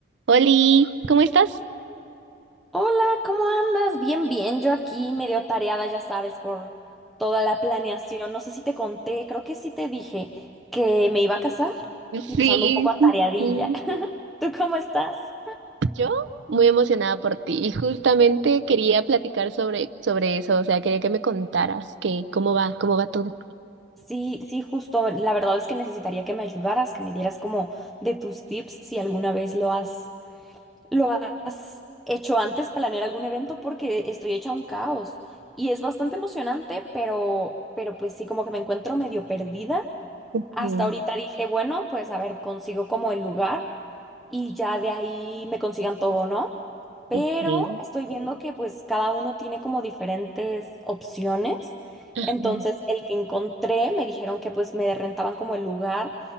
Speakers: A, on the right (about 70°); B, in the centre.
A: Oli, ¿cómo estás?
B: Hola, ¿cómo andas? Bien, bien, yo aquí medio tareada, ya sabes, por toda la planeación. No sé si te conté, creo que sí te dije que me iba a casar
A: Sí,
B: y pues ando un poco atareadilla.
A: sí, sí.
B: <laughs> ¿Tú cómo estás?
A: Yo muy emocionada por ti y justamente quería platicar sobre, sobre eso, o sea, quería que me contaras que cómo va, cómo va todo.
B: Sí, sí, justo. La verdad es que necesitaría que me ayudaras, que me dieras como de tus tips si alguna vez lo has, lo has hecho antes, planear algún evento, porque estoy hecha un caos. Y es bastante emocionante, pero, pero pues sí, como que me encuentro medio perdida
A: Mm,
B: Hasta ahorita dije, bueno, pues a ver, consigo como el lugar y ya de ahí me consigan todo, ¿no? Pero
A: ok.
B: estoy viendo que pues cada uno tiene como diferentes opciones.
A: Ujú,
B: Entonces, el que encontré me dijeron que pues me rentaban como el lugar,